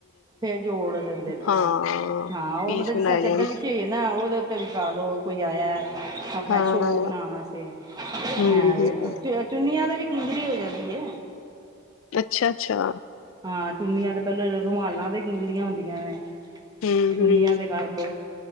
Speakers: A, on the right; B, on the left.
A: ਫੇਰ ਜੋੜ ਦਿੰਦੇ ਨੇ।
B: ਹਾਂ
A: ਹਾਂ ਓ
B: ਪੀਸ
A: ਮਤਲ ਜਿਸ
B: ਬਣਾਏ
A: ਤਰਾ ਚੱ‍ਦਰ
B: ਜਾਣ
A: ਵਿਸ਼ੀ ਹੋਈ ਨਾ, ਓਦੇ ਤੇ ਵਿਸ਼ਾ ਲੋ, ਕੋਈ ਆਇਆ, ਆਪਨਾ
B: ਹਾਂ
A: ਸ਼ੋਅ ਬਨਾਨ ਤੇ,
B: ਹੂੰ-ਹੂੰ
A: ਹੈ ਵੇ ਚੁੰਨੀਆਂ ਤੇ ਵੀ ਕਿੰਗਰੀ ਹੋ ਜਾਂਦੀ ਐ।
B: ਅੱਛਾ, ਅੱਛਾ।
A: ਹਾਂ, ਚੁੰਨੀਆਂ ਤੇ ਪੈਲਾਂ ਰੁਮਾਲਾਂ ਤੇ ਕਿੰਗਰੀਆਂ ਹੁੰਦੀਆਂ ਨੇ।
B: ਹੂੰ-ਹੂੰ
A: ਚੂਨੀਆਂ ਤੇ ਕਰਲੋ।